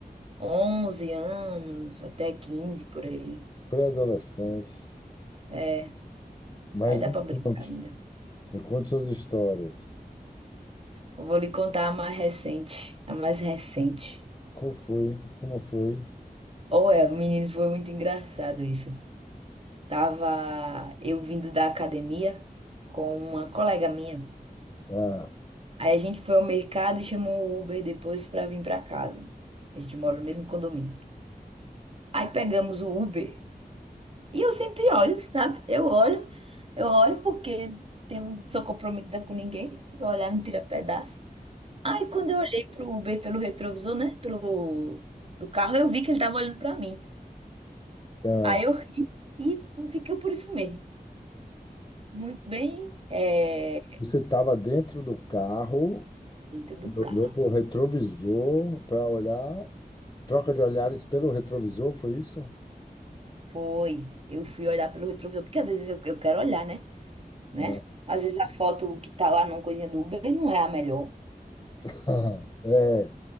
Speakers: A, on the right; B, on the left.
A: 11 anos, até 15 por aí.
B: pré-adolescentes.
A: É,
B: Mas
A: aí dá
B: me
A: pra brincar
B: conte,
A: ainda.
B: me conte suas histórias.
A: Eu vou lhe contar a mais recente, a mais recente.
B: Como foi? Como foi?
A: Ou é, menino, foi muito engraçado isso. Tava eu vindo da academia com uma colega minha.
B: Ah, ah,
A: Aí a gente foi ao mercado e chamou o Uber depois pra vir pra casa. A gente mora no mesmo condomínio. Aí pegamos o Uber e eu sempre olho, sabe? Eu olho, eu olho porque eu não sou comprometida com ninguém. Vou olhar, não tira pedaço. Aí quando eu olhei pro Uber pelo retrovisor, né, pro do carro, eu vi que ele tava olhando pra mim.
B: <laughs>
A: Aí eu ri e fiquei por isso mesmo. Muito bem, é,
B: você estava dentro do carro,
A: dentro do
B: e olhou
A: carro.
B: para o retrovisor para olhar, troca de olhares pelo retrovisor, foi isso?
A: Foi. Eu fui olhar pelo retrovisor, porque às vezes eu, eu quero olhar, né? Né?
B: Ah,
A: Às vezes a foto que tá lá na coisinha do Uber não é a melhor.
B: <laughs> é,